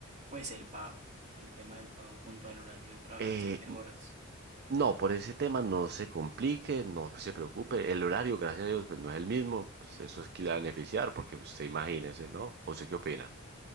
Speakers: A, on the right; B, on the right.
A: pues el pago, el tema del pago junto al horario de trabajar
B: Eh,
A: siete horas.
B: no, por ese tema no se complique, no pues, se preocupe. El horario, gracias a Dios, pues no es el mismo. Pues eso es que le va a beneficiar, porque pues, usted imagínese, ¿no? ¿O usted qué opina?